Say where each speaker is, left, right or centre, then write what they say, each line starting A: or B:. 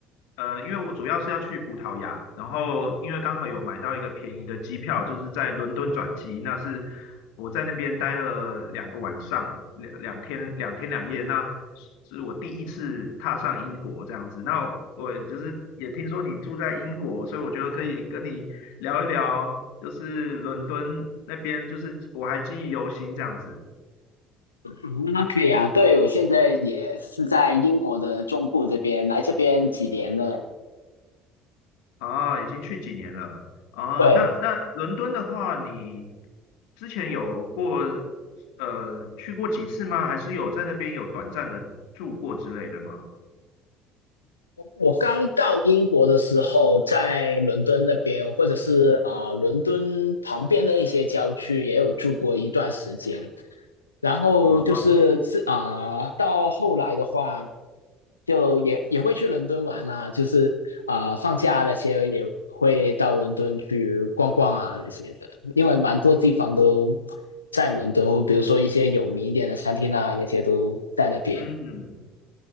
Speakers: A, on the left; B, on the left.
A: 呃，因为我主要是要去葡萄牙，然后因为刚好有买到一个便宜的机票，就是在伦敦转机，那是我在那边待了两个晚上，两两天两天两夜，那是我第一次踏上英国这样子。那我就是也听说你住在英国，所以我觉得可以跟你聊一聊，就是伦敦那边，就是我还记忆犹新这样子。
B: 嗯那可以啊，对，我现在也是在英国的中部这边，来这边几年了。
A: 啊，已经去几年了啊？
B: 对，
A: 那那伦敦的话，你之前有过呃去过几次吗？还是有在那边有短暂的住过之类的吗？
B: 我刚到英国的时候，在伦敦那边，或者是啊、呃伦敦旁边的一些郊区，也有住过一段时间。然后就是自啊、
A: 啊，
B: 呃到后来的话，就也也会去伦敦玩啦，就是啊、呃放假那些也会到伦敦去逛逛啊那些的，因为蛮多地方都在伦敦，比如说一些有名一点的餐厅啊，那些都在那边。
A: 嗯，